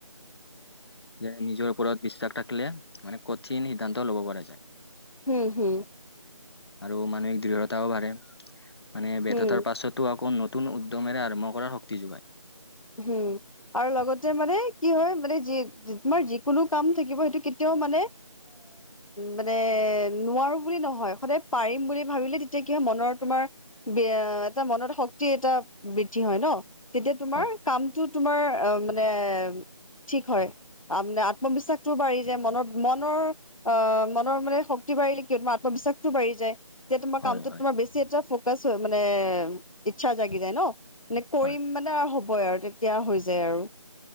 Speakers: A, on the left; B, on the left.
A: যে নিজৰ। ওপৰত বিশ্বাস থাকখিলে মানে কঠিন সিদ্ধান্ত ল'ব পৰা যায়।
B: হুম হুম।
A: আৰু মানসিক দৃঢ়তাও বাঢ়ে মানে
B: হম
A: ব্যৰ্থতাৰ পাছতো আকৌ নতুন। নতুন উদ্যমেৰে আৰম্ভ কৰাৰ শক্তি যোগায়।
B: হুম আৰু লগতে মানে কি হয় মানে যি তোমাৰ যিকোনো কাম থাকিব সেইটো কেতিয়াও। ম মানে মানে নোৱাৰো বুলি নহয় সদায় পাৰিম বুলি ভাবিলে তেতিয়া। মনৰ তোমাৰ বি এটা মনত শক্তি এটা বৃদ্ধি হয় ন তেতিয়া তোমাৰ।
A: হয়
B: কামটো তোমাৰ অ মানে ঠিক হয় মানে আত্মবিশ্বাস টো বাঢ়ি। ম মনৰ অ মনৰ মানে শক্তি বাঢ়িলে কি তোমাৰ আত্মবিশ্বাসতটো বাঢ়ি যায়। তেতিয়া তোমাৰ
A: হয়
B: কামটোত
A: হয়
B: তোমাৰ বেছি এটা ফকাছ হৈ মানে ইচ্ছা জাগি যায় ন। মানে কৰিম
A: হয়
B: মানে আৰু হ'বই আৰু তেতিয়া হৈ যায় আৰু